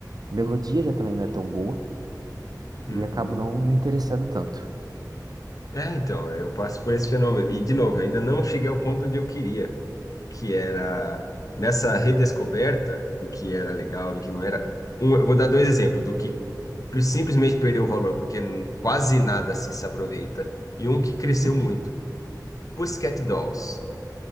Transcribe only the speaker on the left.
uhum.
É, então, é, eu passo por esse fenômeno. E, de novo, ainda não cheguei ao ponto onde eu queria, que era nessa redescoberta do que era legal, do que não era. Um, eu vou dar dois exemplos, do que pre- simplesmente perdeu o valor porque n- quase nada se se aproveita, e um que cresceu
muito. Pussycat Dolls.